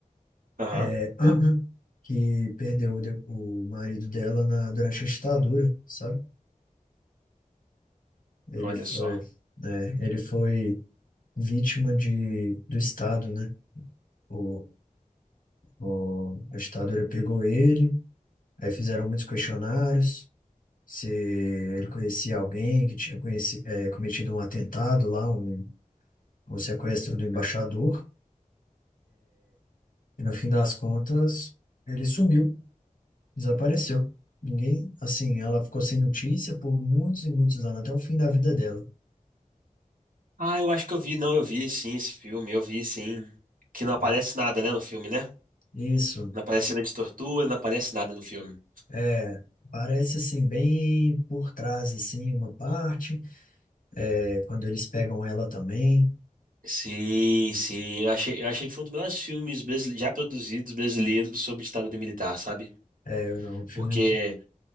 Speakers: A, on the right (about 85°); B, on the left (about 85°).
A: Aham,
B: é, <clears throat> que perdeu o, de- o marido dela na, durante a ditadura, sabe? Ele
A: olha
B: foi,
A: só.
B: né, ele foi vítima de, do Estado, né? O, o, a ditadura pegou ele, aí fizeram muitos questionários, se ele conhecia alguém que tinha conheci, é, cometido um atentado lá, um, um sequestro do embaixador,
A: Hum.
B: e no fim das contas ele sumiu. Desapareceu. Ninguém, assim, ela ficou sem notícia por muitos e muitos anos, até o fim da vida dela,
A: Ah, eu acho que eu vi, não, eu vi sim esse filme, eu vi sim. Que não aparece
B: né?
A: nada, né, no filme, né?
B: Isso,
A: Não aparece cena de tortura, não aparece nada no filme.
B: é, parece assim, bem por trás, assim, uma parte, é, quando eles pegam ela também,
A: Sim, sim, eu achei, eu achei que foi um dos melhores filmes brasile- já produzidos brasileiros sobre ditadura militar, sabe?
B: é, é, não, o filme,
A: Porque